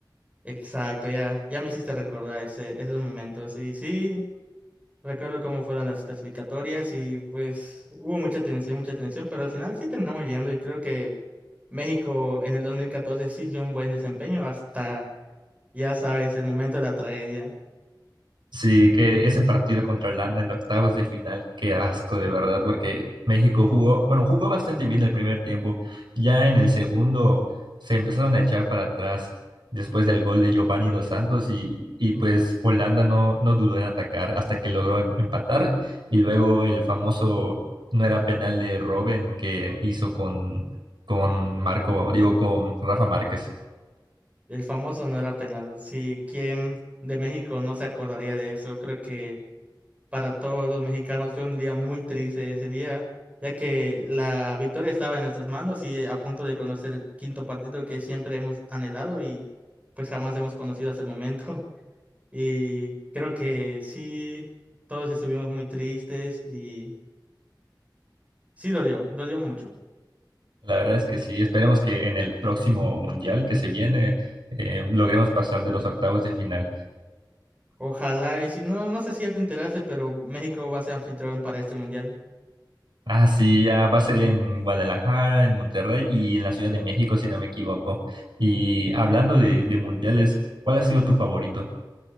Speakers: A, on the right; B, on the right.
A: Exacto, ya, ya me hiciste recordar ese, esos momentos. Y sí, Recuerdo cómo fueron las clasificatorias y pues hubo mucha tensión, mucha tensión, pero al final sí terminamos llegando y creo que México en el 2014 sí dio un buen desempeño hasta, ya sabes, el momento de la tragedia.
B: Sí, que ese partido contra Holanda en octavos de final, qué asco de verdad, porque México jugó, bueno, jugó bastante bien el primer tiempo, ya en el segundo se empezaron a echar para atrás después del gol de Giovanni Dos Santos y, y pues Holanda no, no dudó en atacar hasta que logró em- empatar y luego el famoso no era penal de Robben que hizo con, con Marco, digo, con Rafa Márquez.
A: El famoso no era penal. Sí, ¿quién de México no se acordaría de eso? Creo que para todos los mexicanos fue un día muy triste ese día, ya que la victoria estaba en nuestras manos y eh, a punto de conocer el quinto partido que siempre hemos anhelado y pues jamás hemos conocido hasta el momento. Y creo que sí, todos estuvimos muy tristes y sí dolió, dolió mucho.
B: La verdad es que sí, esperemos que en el próximo mundial que se viene eh, logremos pasar de los octavos de final.
A: Ojalá, y si no, no sé si ya te enteraste, pero México va a ser anfitrión para este mundial.
B: Ah, sí, ya va a ser en Guadalajara, en Monterrey y en la Ciudad de México, si no me equivoco. Y hablando de, de mundiales, ¿cuál ha sido tu favorito?